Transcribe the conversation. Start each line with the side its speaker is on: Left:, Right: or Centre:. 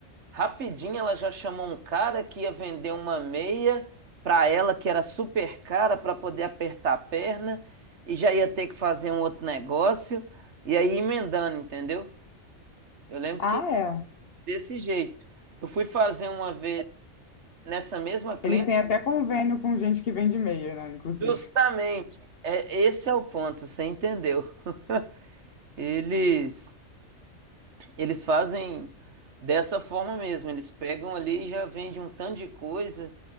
Right: rapidinho ela já chamou um cara que ia vender uma meia pra ela que era super cara pra poder apertar a perna e já ia ter que fazer um outro negócio e aí emendando, entendeu? Eu lembro
Left: Ah,
Right: que
Left: é.
Right: desse jeito. Eu fui fazer uma vez nessa mesma clínica,
Left: Eles têm até convênio com gente que vende meia, né, inclusive.
Right: justamente. É, esse é o ponto, você entendeu? <laughs> Eles Eles fazem dessa forma mesmo. Eles pegam ali e já vendem um tanto de coisa.